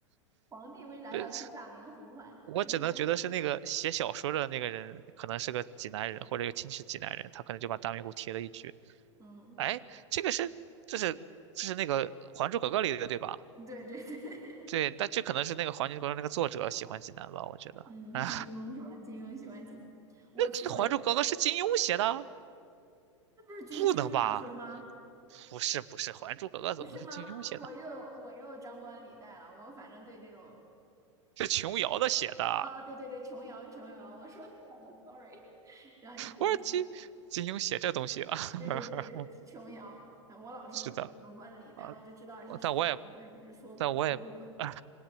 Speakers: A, on the right (about 20°); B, on the right (about 65°).
A: 皇帝为啥要去大明湖畔？
B: 呃，我只能觉得是那个写小说的那个人，
A: 肯定还是
B: 可能是个济南人，或者有亲戚是济南人，他可能就把大明湖贴了一句。
A: 嗯，
B: 哎，这个是这是这是那个《还珠格格》里的对吧？
A: 对对对，
B: 对，但这可能是那个《还珠格格》那个作者喜欢济南吧，我觉得。
A: <laughs> 嗯，
B: 啊，
A: 金庸是吧？金庸喜欢济南，我去过济，
B: 这《还珠格格》是金庸写的？
A: 那不是金金庸小说吗？
B: 不能吧？不是不是，《还珠格格》怎么能是金庸写的？
A: 不是吗？我又我又张冠李戴了，我反正对这种
B: 是琼瑶的写的。
A: 啊，对对对，琼瑶，琼瑶，我说错了，sorry，<laughs> 让你见笑。
B: 我说金金庸写这东西啊，
A: 对对对对，
B: <laughs>
A: 琼瑶啊，我老是在旁观里，
B: 是的
A: 但我就知道是谁，
B: 啊，我但我也
A: 然后但是我就说不说不准。
B: 但我也啊，